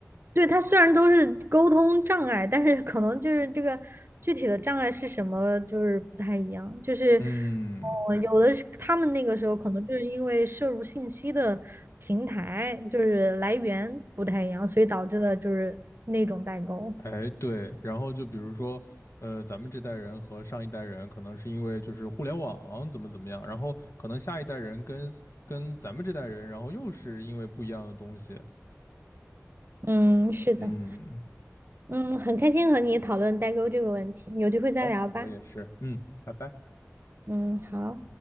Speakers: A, on the right; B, on the left.
A: 对，他虽然都是沟通障碍，但是可能就是这个具体的障碍是什么，就是不太一样。就是，
B: 嗯，
A: 哦，有的是他们那个时候可能就是因为摄入信息的平台就是来源不太一样，所以导致的就是那种代沟。
B: 哎，对，然后就比如说，呃，咱们这代人和上一代人可能是因为就是互联网怎么怎么样，然后可能下一代人跟跟咱们这代人，然后又是因为不一样的东西。
A: 嗯，是的，
B: 嗯，
A: 嗯，很开心和你讨论代沟这个问题，有机会再聊吧。
B: 好，我也是，嗯，拜拜。
A: 嗯，好。